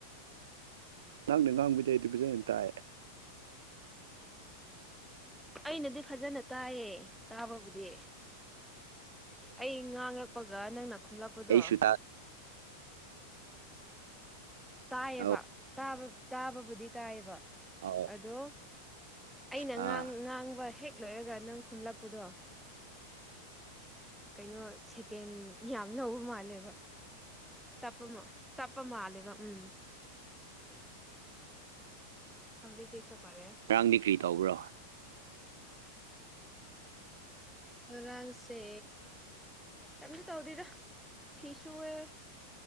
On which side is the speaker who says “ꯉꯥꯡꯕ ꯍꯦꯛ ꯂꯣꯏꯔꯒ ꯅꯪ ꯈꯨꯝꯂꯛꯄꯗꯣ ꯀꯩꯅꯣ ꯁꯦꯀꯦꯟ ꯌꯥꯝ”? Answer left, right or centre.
Centre